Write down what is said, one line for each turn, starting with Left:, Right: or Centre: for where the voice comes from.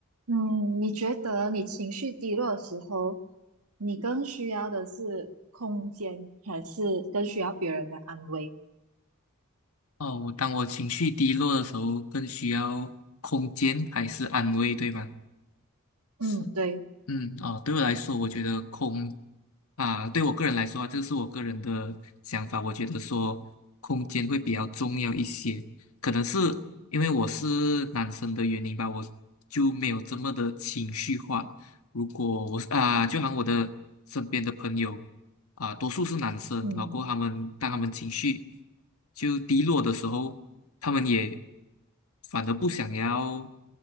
Right: 嗯，你觉得你情绪低落的时候，你更需要的是空间，还是更需要别人的安慰？
Left: 哦，我当我情绪低落的时候，更需要空间还是安慰，对吗？
Right: 嗯，
Left: 是，
Right: 对，
Left: 嗯，哦，对我来说，我觉得空啊，对我个人来说啊，这是我个人的想法，我觉得说空间会比较重要一些，可能是因为我是男生的原因吧，我就没有这么的情绪化。如果我是啊，就好像我的身边的朋友。啊、多数是男生，
Right: 嗯
Left: 然后他们当他们情绪就低落的时候，他们也反而不想要，